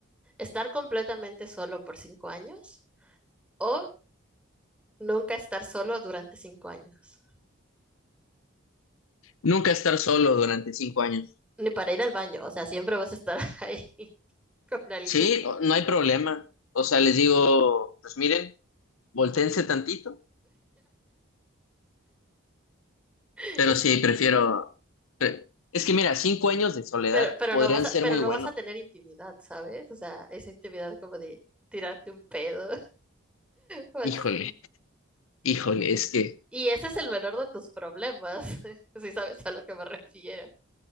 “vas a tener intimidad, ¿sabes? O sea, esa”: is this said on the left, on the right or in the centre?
Centre